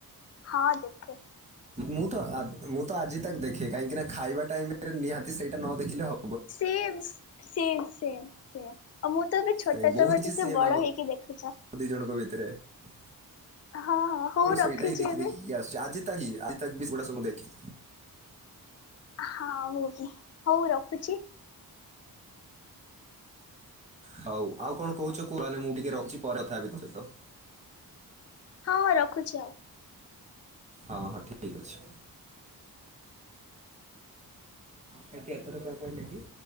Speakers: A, on the left (about 45°); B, on the right (about 20°).
A: ହଁ ଦେଖେ
B: ମୁଁ ତ ମୁଁ ତ ଆଜି ତାକୁ ଦେଖେ କାହିଁକି ନା ଖାଇବା ଟାଇମରେ ନିହାତି ସେଇଟା ନ ଦେଖିଲେ ହବ
A: ସେମ୍ ସେମ୍ ସେମ୍ ସେମ୍ ଆଉ ମୁଁ ତ ଏବେ ଛୋଟ
B: ଏ ବହୁତ
A: ସବ
B: କିଛି
A: ତତେ
B: ସେମ୍
A: ବଡ
B: ଆମ
A: ହେଇକି ଦେଖୁଛ।
B: ଦି ଜଣଙ୍କ ଭିତରେକେବଳ
A: ହଁ ହଁ ହଉ ରଖିଛି
B: ସେଇଟା ହିଁ ଦେଖି
A: ଏବେ।
B: ଦେଖିକି ଆସ ଆଜି ତାକି ଆଜି ତାକି ବି ସେଗୁଡା ସବୁ ଦେଖେ
A: ହଁ ମୁଁ କି ହଉ ରଖୁଛି।
B: ହଉ ଆଉ କଣ କହୁଛ କୁହ। ନହେନେ ମୁଁ ଟିକେ ରଖିଛି ପରେକଥା ହେବି ତୋ ସହିତ।
A: ହଁ ହଁ ରଖୁଛି ଆଉ।
B: ହଁ ହଁ ଠିକ ଅଛି। ହଁ ଏଥର ସବୁ କହିଲେକି